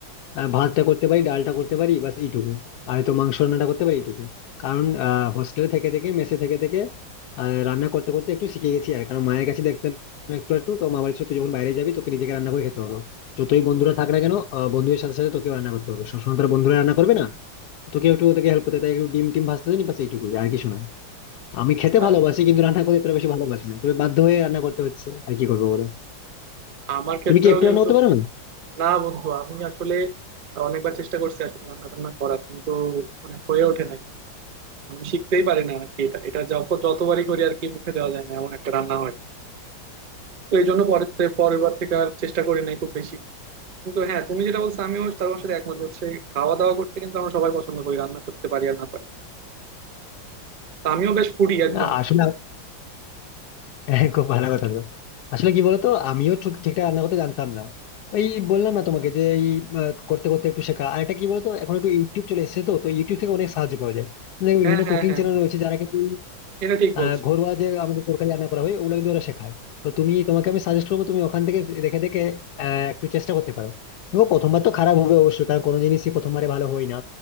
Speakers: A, on the left (about 70°); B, on the right (about 50°).
A: আহ, ভাতটা করতে পারি ডালটা করতে পারি বাস এইটুকু আর হয়তো মাংস রান্নাটা করতে পারি এইটুকু কারণ আহ হোস্টেলে থেকে থেকে মেসে থেকে থেকে আহ, রান্না করতে করতে একটু শিখে গেছি আর কারণ মায়ের কাছে দেখতাম একটু একটু তো মা বলছে তুই যখন বাইরে যাবি তোকে নিজেকে রান্না করে খেতে হবে যতই বন্ধুরা থাক না কেন আহ, বন্ধুদের সাথে সাথে তোকেও রান্না করতে হবে সবসময় তোর বন্ধুরা রান্না করবে না তোকে একটু ওদেরকে হেল্প করতে হয়। তাই একটু ডিম টিম ভাজতে জানি বাস এইটুকুই আর কিছু না আমি খেতে
B: হ্যাঁ,
A: ভালোবাসি কিন্তু রান্না করতে এতটা বেশি ভালোবাসি না তবে বাধ্য হয়ে রান্না করতে হচ্ছে আর কি করবো বলো
B: আমার ক্ষেত্রেও
A: তুমি কি একটু রান্না
B: কিন্তু
A: করতে পারো না
B: না বন্ধু আমি আসলে অনেকবার চেষ্টা করছি আসলে রান্না টান্না করার কিন্তু মানে হয়ে ওঠে নাই মানে আমি শিখতেই পারি না আর কি এটা এটা যখন যতবারই করি আর কি মুখে দেওয়া যায় না এমন একটা রান্না হয় তো এই জন্য পরের থে- পরের বার থেকে আর চেষ্টা করি নাই খুব বেশি কিন্তু হ্যাঁ তুমি যেটা বলছো আমিও তার সাথে একমত হচ্ছে খাওয়া দাওয়া করতে কিন্তু আমরা সবাই পছন্দ করি রান্না করতে পারি আর না পারি তো আমিও বেশ ফুডি একজন
A: না, আসলে <laughs> হ্যাঁ, খুব ভালো কথা তো আসলে কি বলতো আমিও ঠিক- ঠিকঠাক রান্না করতে জানতাম না ওই বললাম না তোমাকে যে এই আহ, করতে করতে একটু শেখা আর এটা কি বলতো এখন একটু ইউটিউব চলে এসেছে তো তো ইউটিউব থেকে অনেক সাহায্য পাওয়া যায় দেখো
B: হ্যাঁ
A: বিভিন্ন
B: হ্যাঁ
A: কুকিং
B: হ্যাঁ
A: চ্যানেল রয়েছে যারা কিন্তু
B: এটা ঠিক
A: আহ
B: বলছো
A: ঘরোয়া যে আমাদের তরকারি রান্না করা হয় ওগুলো কিন্তু ওরা শেখায় তো তুমি তোমাকে আমি সাজেস্ট করবো তুমি ওখান থেকে দেখে দেখে আহ, একটু চেষ্টা করতে পারো দেখো প্রথমবার তো খারাপ হবে অবশ্যই কারণ কোনো জিনিসই প্রথমবারে ভালো হয় না